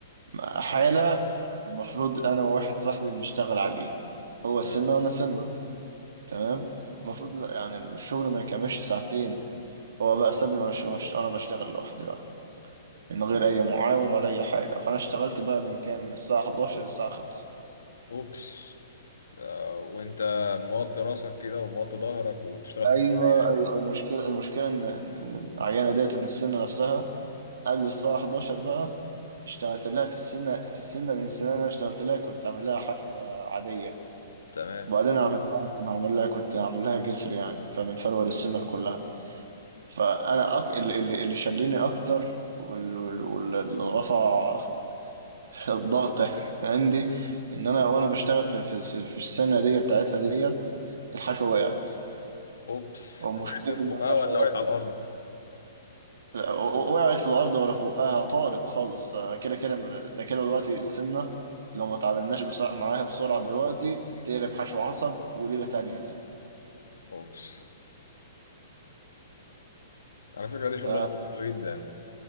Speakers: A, on the right; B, on the left.
A: حالة المفروض أنا وواحد صاحبي بنشتغل عليها هو
B: تمام
A: سنة وأنا سنة تمام المفروض لا- يعني الشغل ما يكملش ساعتين هو بقى سابني وأنا ش- وأنا وأنا بشتغل لوحدي بقى من غير أي معاون ولا أي حاجة فأنا اشتغلت بقى من كام من الساعة 11 للساعة 5
B: اوبس آه، وانت موطي راسك كده وموطي ظهرك وبتشتغل
A: أيوه
B: في بقاية
A: أيوه المشكلة المشكلة إن إن- إن العيانة ديت إن السنة نفسها قبل الساعة 11 بقى اشتغلت لها في السنة في السنة من السنة اللي أنا اشتغلت لها كنت عامل لها حشوة عادية
B: تمام
A: وبعدين عملناها اصلا هعمل لها كنت هعمل لها جسر يعني فمن فروه للسنه كلها فانا أك... اللي, اللي اللي شلني اكتر وال- وال- واللي رفع <laughs> الضغط عندي ان انا وانا بشتغل في في, في في السنه دي بتاعتها ديت الحشوه وقعت
B: اوبس
A: ومشكله
B: ده حاجه في
A: ان
B: بقها
A: الحشوات
B: ولا وقعت على الارض
A: لا، و- و- وقعت في الارض ولا فوقها طارت خالص أنا كده كده ده كده دلوقتي السنه لو ما تعاملناش بسرعة معاها بسرعه دلوقتي تقلب حشو عصب وليله تانيه دي
B: اوبس على فكره دي شغلانه
A: ف
B: مرهقه جدا